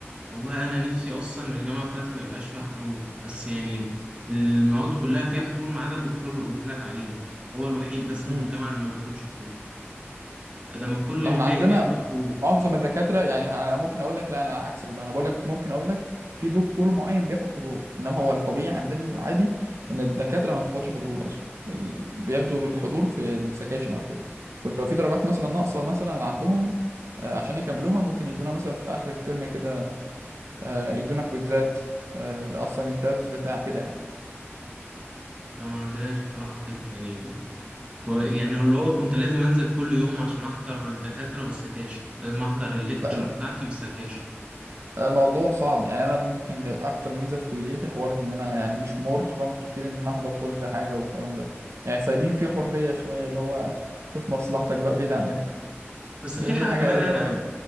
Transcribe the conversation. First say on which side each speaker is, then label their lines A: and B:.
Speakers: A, on the right (about 25°); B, on the right (about 80°).
A: والله انا نفسي اصلا الجامعه بتاعتي ما يبقاش فيها حضور بس يعني المواد كلها فيها حضور ما عدا الدكتور اللي قلت لك عليه ده هو الوحيد بس اللي
B: بره
A: في الجامعه اللي ما بياخدش حضور ادام الكل
B: لو
A: الباقي
B: احنا عندنا
A: بياخدوا حضور
B: معظم الدكاترة يعني ه- ممكن اقول لك لا انا عكسك بقى انا بقول لك ممكن اقول لك في دكتور معين بياخد حضور انما هو الطبيعي عندنا العادي ان الدكاترة ما بتاخدش حضور اصلا ال... بياخدوا الحضور في السكاشن او كده ولو في درجات مثلا ناقصة مثلا عندهم آه، عشان يكملوها ممكن يدونا مثلا في اخر الترم كده آه، يدونا كويزات اسايمنتات بتاع كده
A: لا ما عندناش بصراحه كده يعني و- يعني اللي هو كنت لازم انزل كل يوم عشان احضر الدكاتره والسكاشن لازم احضر الليكتشر
B: يعني
A: بتاعتي والسكاشن
B: الموضوع صعب يعني انا ممكن اكتر ميزه في كليتي حوار ان انا يعني مش مرغم كتير ان انا احضر كل حاجه والكلام ده يعني سايبين فيه حريه شويه اللي هو شوف مصلحتك بقى بعيد عننا <laughs>
A: بس
B: تقريباً
A: في
B: دي
A: حاجة
B: الحاجه
A: كمان
B: العدله
A: أنا
B: الوحيده